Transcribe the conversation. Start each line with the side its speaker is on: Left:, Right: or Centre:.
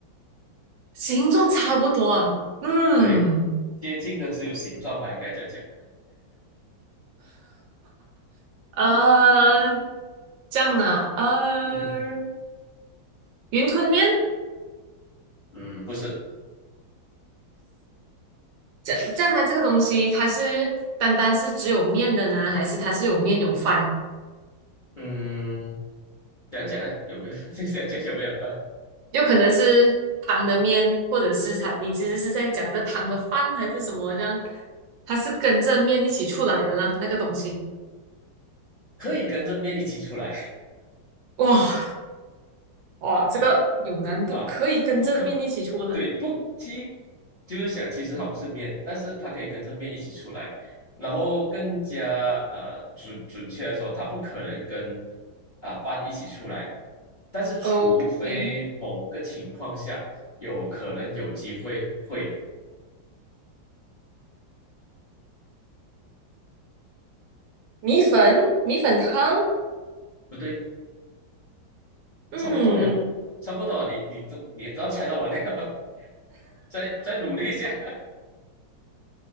Right: 形状差不多啊。嗯，
Left: 对，接近的只有形状吧，应该这样讲。
Right: 呃，这样啊，呃，
Left: 嗯哼，
Right: 云吞面，
Left: 嗯，不是，
Right: 这样这样它这个东西，它是单单是只有面的呢，还是它是有面有饭？
Left: 嗯，讲讲呢，有没有？<laughs> 就想讲有没有办？法
Right: 有可能是汤的面，或者是它，你其实是在讲这汤的饭还是什么？这样，它是跟着面一起出来的啦，那个东西。
Left: 可以跟着面一起出来，
Right: 哇
Left: <laughs>
Right: 哇，这个有难度，
Left: 嗯啊，
Right: 可以跟着面一起出来。
Left: 不可，对，不，其就是想，其实它不是面，但是它可以跟着面一起出来，然后更加呃准准确来说，它不可能跟啊、饭一起出来。但是除非某个情况下有可能有机会会，
Right: OK，米粉，米粉汤，
Left: 不对，
Right: 嗯，
Left: 差不多了，差不多了，你你都你都要猜到完了，<laughs> 再再努力一下。